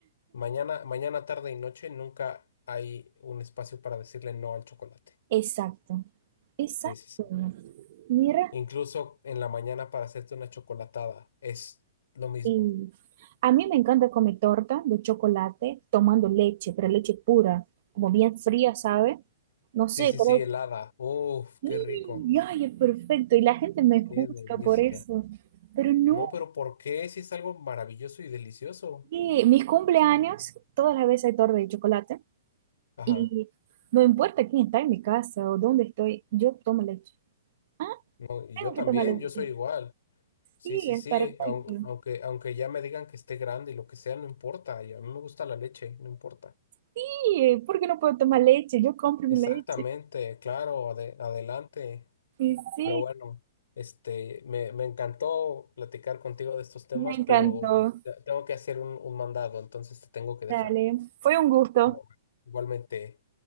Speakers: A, on the left; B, on the right.
A: Mañana, mañana, tarde y noche nunca hay un espacio para decirle no al chocolate.
B: Exacto, exacto.
A: Sí, sí, sí.
B: Mira.
A: Incluso en la mañana para hacerte una chocolatada es lo mismo.
B: Y a mí me encanta comer torta de chocolate tomando leche, pero leche pura, como bien fría, ¿sabe? No sé,
A: Sí, sí,
B: pero
A: sí, helada. Uf,
B: ¡Y!
A: qué rico.
B: ¡Ay, es perfecto! Y la gente me
A: Qué
B: juzga
A: delicia.
B: por eso. Pero no,
A: No, pero ¿por qué? Si es algo maravilloso y delicioso.
B: que mis cumpleaños, todas las veces hay torta de chocolate.
A: Ajá.
B: Y no importa quién está en mi casa o dónde estoy, yo tomo leche. Ah,
A: No, y
B: tengo
A: yo también,
B: que tomar leche.
A: yo soy igual. Sí,
B: Sí,
A: sí,
B: es
A: sí.
B: perfecto.
A: aun- Aunque, aunque ya me digan que esté grande y lo que sea, no importa. Y a mí me gusta la leche, no importa.
B: Sí, ¿por qué no puedo tomar leche? Yo compro
A: Exactamente,
B: mi leche.
A: claro, ade- adelante.
B: Y sí,
A: Pero bueno, este, me, me encantó platicar contigo de estos temas,
B: me encantó.
A: pero te- tengo que hacer un, un mandado, entonces te tengo que dejar.
B: Dale, fue un gusto.
A: Pero bueno, igualmente,